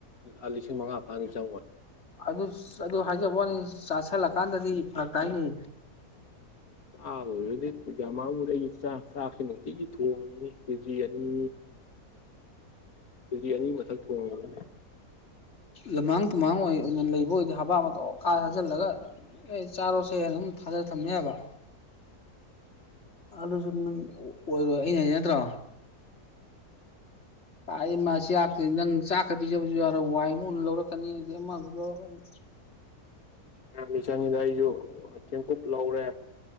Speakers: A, on the left; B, on the left.
A: ꯂ ꯂꯤꯁꯤꯡ ꯃꯉꯥ ꯐꯥꯅ ꯆꯪꯕꯅꯤ
B: ꯑꯗꯨ ꯑꯗꯨ ꯍꯥꯏꯖꯕ ꯋꯥꯅꯤ ꯆꯥꯁꯤꯜꯂꯀꯥꯟꯗꯗꯤ ꯐꯔꯛ ꯀꯥꯏꯅꯤ
A: ꯑ ꯑꯣꯏꯗꯤ ꯏ ꯌꯃ ꯎꯔꯦꯒꯤ ꯆꯥꯛ ꯆꯥꯛꯁꯦ ꯅꯨꯡꯇꯤꯒꯤ ꯊꯣꯡꯉꯉꯤ ꯀꯦꯖꯤ ꯑꯅꯤ ꯐꯔꯤꯌꯥꯅꯤ ꯃꯊꯛ ꯊꯣꯡꯉ
B: ꯂꯃꯥꯡ ꯇꯨꯝꯍꯥꯡ ꯑꯣꯏꯅ ꯂꯩꯕ ꯑꯣꯏꯗꯤ ꯍꯥꯕꯥ ꯃꯇꯇꯣꯛ ꯀꯥ ꯍꯥꯖꯤꯜꯂꯒ ꯑꯦ ꯆꯥꯔꯣꯁꯦ ꯑꯗꯨꯝ ꯊꯥꯖ ꯊꯝꯃꯦꯕ ꯑꯂꯁꯨ ꯅꯪ ꯑꯣꯏꯔꯣꯏ ꯑꯩꯅ ꯍꯥꯏꯖ ꯅꯠꯇ꯭ꯔꯥ ꯇꯥ ꯃꯥꯁꯤꯥꯛꯅꯤ ꯅꯪ ꯆꯥꯛ ꯄ ꯄꯤꯖꯕꯁꯨ ꯑ ꯋꯥꯏ ꯑꯃ ꯂꯧꯔꯛꯀꯅꯤ ꯑ ꯑꯃꯨ ꯂꯧꯔꯛꯀꯅꯤ
A: <unintelligible> ꯆꯪꯉꯤꯗ ꯑꯩꯁꯨ ꯆꯦꯡꯀꯨꯞ ꯂꯧꯔꯦ